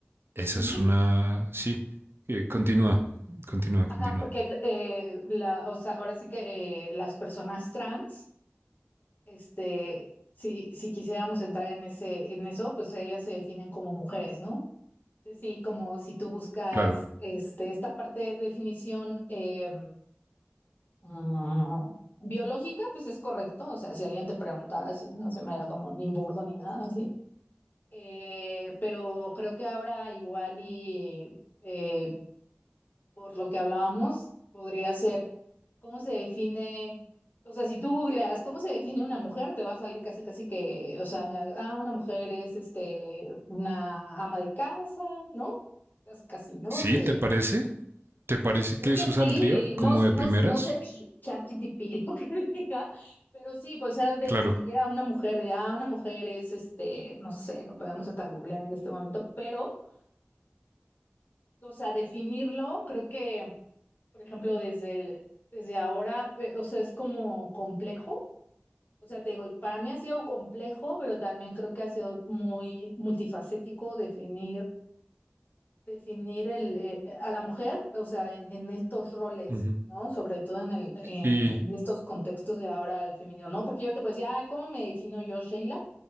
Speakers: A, on the right; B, on the left.
A: Esa
B: ¿no?
A: es una... Sí, eh, continúa, continúa,
B: Ajá,
A: continúa.
B: porque eh, la, o sea, ahora sí que eh, las personas trans, este, si, si quisiéramos entrar en ese, en eso, pues ellas se definen como mujeres, ¿no? Entonces, Sí, como si tú buscas
A: Claro.
B: este, esta parte de definición. eh, Ah, biológica, pues es correcto. O sea, si alguien te preguntara así, no se me da como ni burdo ni nada así. Eh, pero creo que ahora igual y eh, por lo que hablábamos, podría ser cómo se define, o sea, si tú googleas cómo se define una mujer, te va a salir casi casi que, o sea, ah, una mujer es este, una ama de casa, ¿no? Casi, casi, ¿no?
A: Sí,
B: Que
A: ¿te parece? ¿Te parece
B: Creo
A: que eso
B: que sí,
A: saldría
B: y no,
A: como
B: sé-
A: de primeras?
B: no, sé- no sé ch- ChatGPT <laughs> lo que diga, pero sí, pues sea, definir
A: Claro.
B: a una mujer, de, ah, una mujer es, este, no sé, lo podemos hasta googlear en este momento, pero, o sea, definirlo, creo que, por ejemplo, desde el, desde ahora, pe- o sea, es como complejo, o sea, te digo, para mí ha sido complejo, pero también creo que ha sido muy multifacético definir definir el, eh, a la mujer, o sea, en, en estos roles,
A: Ujú.
B: ¿no? Sobre todo en, el, eh,
A: Y,
B: en estos contextos de ahora al femenino, ¿no? Porque yo te puedo decir, ay, ¿cómo me defino yo, Sheila?